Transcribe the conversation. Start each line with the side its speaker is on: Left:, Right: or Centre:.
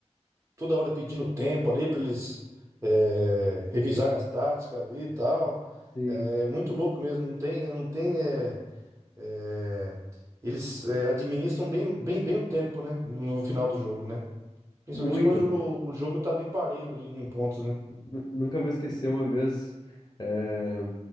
Right: toda hora pedindo tempo ali para eles é, revisarem as táticas ali e tal.
Left: Sim,
Right: É é muito louco mesmo, não tem, não tem. é, é, eles é, administram bem, bem, bem o tempo, né? No final do jogo, né? Principalmente
Left: muito.
Right: quando o, o jogo tá bem parelho ali em pontos, né?
Left: Nu- nunca vou esquecer uma vez, eh,